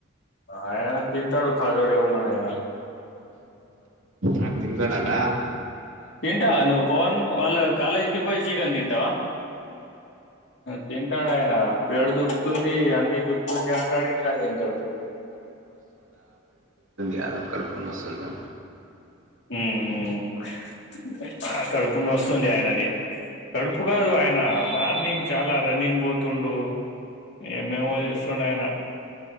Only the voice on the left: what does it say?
ఆయా <inaudible> తింటాడుఖాదోడె ఉన్నాడె అ
తింటా నువ్వు పోన్ వాళ్ళ కాలేజ్ కి పోయి చికన్ తింటా వా <inaudible> తింటాడు ఆయన పేడ దూకుతుంది అంత దుః జంట తా ఇకా <inaudible>
ఉమ్ ఉమ్ ఆ కడుపునొస్తుంది ఆయనది కడుపు కాదు ఆయన మార్నింగ్ చాలా రన్నింగ్ పోతుండు ఏమేమో చేస్తుండు ఆయన